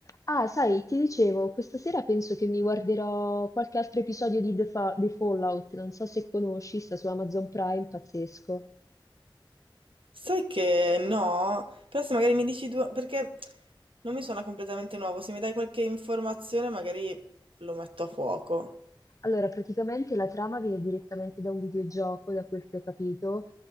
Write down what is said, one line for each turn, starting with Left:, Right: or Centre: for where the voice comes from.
Left: Ah, sai, ti dicevo, questa sera penso che mi guarderò qualche altro episodio di The Fa- di Fallout, non so se conosci, sta su Amazon Prime, pazzesco.
Right: Sai che no, però se magari mi dici due, perché non mi suona completamente nuovo, se mi dai qualche informazione magari lo metto a fuoco.
Left: Allora, praticamente la trama viene direttamente da un videogioco, da quel che ho capito,